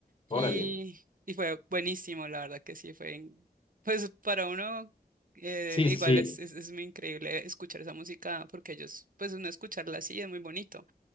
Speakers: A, on the right; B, on the left.
A: Y,
B: Órale.
A: y fue buenísimo, la verdad que sí, fue in- pues para uno eh,
B: Sí, sí,
A: igual
B: sí,
A: es, es, es muy increíble escuchar esa música porque ellos pues uno escucharla así es muy bonito.